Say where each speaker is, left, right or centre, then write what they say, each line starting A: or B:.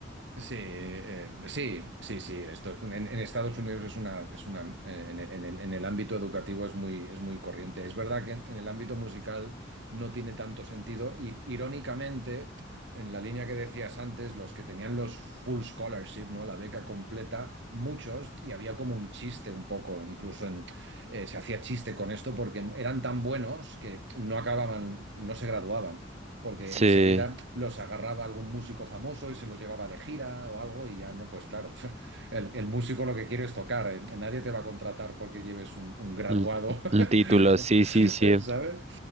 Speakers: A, on the right; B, on the right.
A: Sí, eh, sí, sí, sí, esto es un- en, en Estados Unidos es una, es una, eh, en el, en el- en el ámbito educativo es muy, es muy corriente. Es verdad que en el ámbito musical no tiene tanto sentido y irónicamente, en la línea que decías antes, los que tenían los full scholarship, ¿no? La beca completa, muchos, y había como un chiste un poco, incluso en, eh, se hacía chiste con esto porque eran tan buenos que no acababan, no se graduaban porque
B: Sí.
A: enseguida los agarraba algún músico famoso y se los llevaba de gira o algo y ya no, pues claro, <laughs> el, el músico lo que quiere es tocar, eh, nadie te va a contratar porque lleves un, un graduado,
B: Un, un título,
A: <laughs>
B: sí, sí, sí.
A: eh, ¿sabes?